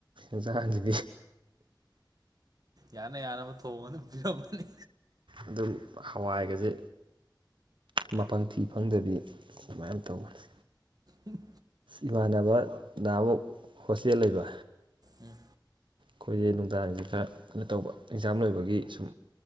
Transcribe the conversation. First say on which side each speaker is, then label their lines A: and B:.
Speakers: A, on the right; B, on the right.
A: ꯏꯁꯗꯤ
B: ꯌꯥꯅ ꯌꯥꯅꯕ ꯊꯣꯡꯕ ꯑꯗꯨꯝ ꯄꯤꯔꯝꯃꯅꯤ
A: ꯑꯗꯨꯝ ꯍꯋꯥꯏꯒꯁꯦ ꯃꯄꯪꯊꯤ ꯐꯪꯗꯕꯤ ꯁꯨꯃꯥꯏꯅ ꯇꯧꯋꯅꯤ
B: ꯎꯝ
A: ꯏꯃꯥꯟꯅꯕꯗ ꯑꯃꯨꯛ ꯍꯣꯁꯇꯦꯜ ꯂꯩꯕ
B: ꯎꯝ
A: ꯑꯩꯈꯣꯏꯁꯦ ꯅꯨꯡꯗꯥꯡꯁꯦ ꯈꯔ ꯀꯩꯅꯣ ꯇꯧꯕ ꯑꯦꯛꯖꯥꯝ ꯂꯣꯏꯕꯒꯤ ꯁꯨꯝ